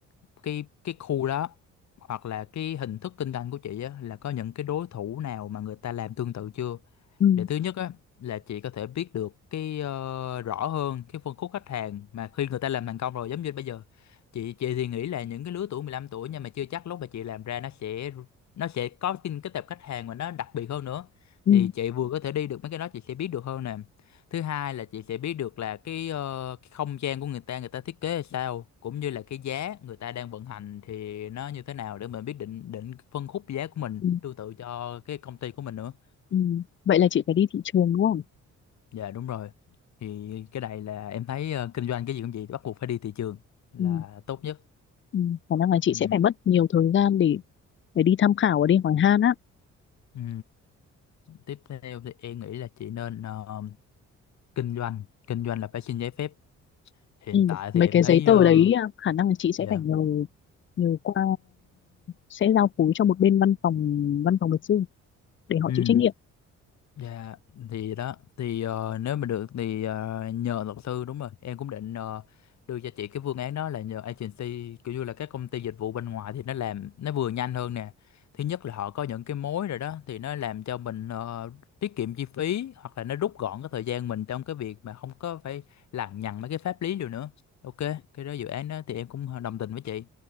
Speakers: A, on the left (about 65°); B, on the left (about 40°).
A: cái cái khu đó hoặc là cái hình thức kinh doanh của chị á là có những cái đối thủ nào mà người ta làm tương tự chưa
B: ừ,
A: để thứ nhất á là chị có thể biết được cái ờ, rõ hơn cái phân khúc khách hàng mà khi người ta làm thành công rồi giống như bây giờ chị chị thì nghĩ là những cái lứa tuổi 15 tuổi nhưng mà chưa chắc lúc mà chị làm ra nó sẽ nó sẽ có cái cái tệp khách hàng mà nó đặc biệt hơn nữa
B: ừ,
A: thì chị vừa có thể đi được mấy cái đó chị sẽ biết được hơn nè thứ hai là chị sẽ biết được là cái, ờ, cái không gian của người ta người ta thiết kế là sao cũng như là cái giá người ta đang vận hành thì nó như thế nào để mình biết định định phân khúc giá của mình
B: ừ,
A: tương tự cho cái công ty của mình nữa
B: ừ. vậy là chị phải đi thị trường đúng không
A: Dạ đúng rồi. Thì cái này là em thấy ờ, kinh doanh cái gì cũng vậy bắt buộc phải đi thị trường là
B: ừ,
A: tốt nhất.
B: ừ. khả năng là chị
A: Ừ.
B: sẽ phải mất nhiều thời gian để để đi tham khảo và đi hỏi han á
A: Ừ. Tiếp theo thì em nghĩ là chị nên ờ, kinh doanh, kinh doanh là phải xin giấy phép. Hiện
B: Ừ,
A: tại
B: mấy
A: thì em
B: cái
A: thấy
B: giấy tờ
A: ờ,
B: đấy à, khả năng là chị sẽ
A: dạ.
B: phải nhờ nhờ qua sẽ giao phối cho một bên văn phòng văn phòng luật sư để họ
A: Ừ.
B: chịu trách nhiệm
A: Dạ thì đó thì ờ, nếu mà được thì ờ, nhờ luật sư đúng rồi em cũng định ờ, đưa cho chị cái phương án đó là nhờ agency kiểu như là các công ty dịch vụ bên ngoài thì nó làm nó vừa nhanh hơn nè thứ nhất là họ có những cái mối rồi đó thì nó làm cho mình ờ, tiết kiệm chi phí hoặc là nó rút gọn cái thời gian mình trong cái việc mà không có phải lằng nhằng mấy cái pháp lý điều nữa ok cái đó dự án đó thì em cũng đồng tình với chị